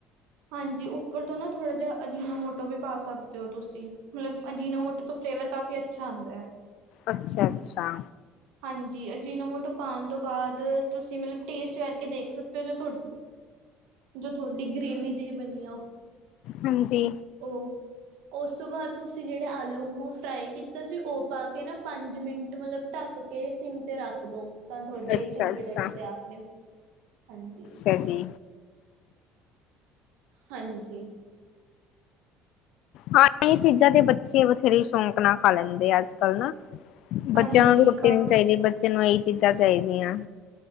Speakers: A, on the right; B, on the left.
A: ਹਾਂਜੀ ਉੱਪਰ ਤੋਂ ਨਾ ਥੋੜ੍ਹਾ ਜਿਹਾ ਅਜੀਨੋ ਮੋਟੋ ਵੀ ਪਾ ਸਕਦੇ ਓ ਤੁਸੀਂ। ਮਤਲਬ ਅਜੀਨੋ ਮੋਟ ਤੋਂ ਫਲੇਵਰ ਕਾਫੀ ਅੱਛਾ ਆਦਾਂ ਐ।
B: ਅੱਛਾ-ਅੱਛਾ।
A: ਹਾਂਜੀ ਅਜੀਨੋ ਮੋਟੋ ਪਾਣ ਤੋਂ ਬਾਅਦ ਤੁਸੀਂ ਮਤਲਬ ਟੇਸਟ ਕਰਕੇ ਦੇਖ ਸਕਤੇ ਓ ਜੋ ਤੁ ਜੋ ਥੋਡੀ ਗ੍ਰੇਵੀ ਜਹੀ ਬਨੀ ਆ।
B: ਹਾਂਜੀ।
A: ਓ ਉਸ ਤੋਂ ਬਾਅਦ ਤੁਸੀਂ ਜਿਹੜੇ ਆਲੂ ਨੂੰ ਫਰਾਈ ਕੀਤਾ ਸੀ ਓ ਪਾ ਕੇ ਨਾ ਪੰਜ ਮਿੰਟ ਮਤਲਬ ਢੱਕ ਕੇ ਸਿੰਮ ਤੇ ਰੱਖ ਦੋ ਤਾਂ ਥੋਡੇ
B: ਅੱਛਾ
A: ਹੀ ਚਿੱਲੀ
B: ਅੱਛਾ
A: ਪਟੈਟੇ ਤਿਆਰ ਨੇ ਹਾਂਜੀ
B: ਅੱਛਾ ਜੀ
A: ਹਾਂਜੀ
B: ਹਾਂ ਏ ਚੀਜ਼ਾਂ ਤੇ ਬੱਚੇ ਬਥੇਰੇ ਸ਼ੌਂਕ ਨਾ ਖਾ ਲੈਂਦੇ ਆ ਅੱਜ ਕੱਲ ਨਾ
A: ਹਾਂਜੀ
B: ਬੱਚਿਆਂ ਨੂੰ ਰੋਟੀ
A: ਕਾ
B: ਨੀ ਚਾਹੀਦੀ ਬੱਚਿਆਂ ਨੂੰ ਆਈ ਚੀਜ਼ਾਂ ਚਾਈਦੀਆਂ